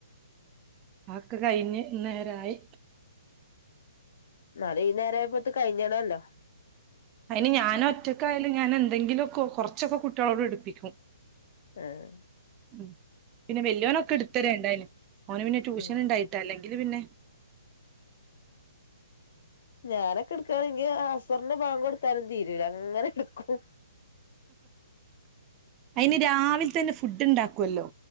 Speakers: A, on the right; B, on the left.
A: ആക്ക് കഴിഞ്ഞ് നേരായി.
B: നാളെ ഈ നേരായപ്പോ ഇത് കഴിഞ്ഞണല്ലോ.
A: അയിന് ഞാനും ഒറ്റക്കായ ഞാൻ എന്തെങ്കിലും കുറ കുറച്ചൊക്കെ കുട്ടികളോട് എടുപ്പിക്കും.
B: ആഹാ
A: ഉം പിന്നെ വല്വനൊക്കെ എടുത്തര ഉണ്ടായന് ഓന് പിന്നെ ട്യൂഷൻ
B: ആഹ്
A: ഉണ്ടായിട്ട അല്ലെങ്കി ഇത് പിന്നെ?
B: ഞാനൊക്കെ എടുക്കവാണെങ്കി അസറിന്റെ ഭാങ്ക് കെടുത്താലും തീരൂല്ല. അങ്ങനെ എടുക്കും.
A: അയിന് രാവി തന്നെ ഫുഡ് ഇണ്ടാക്കുല്ലോ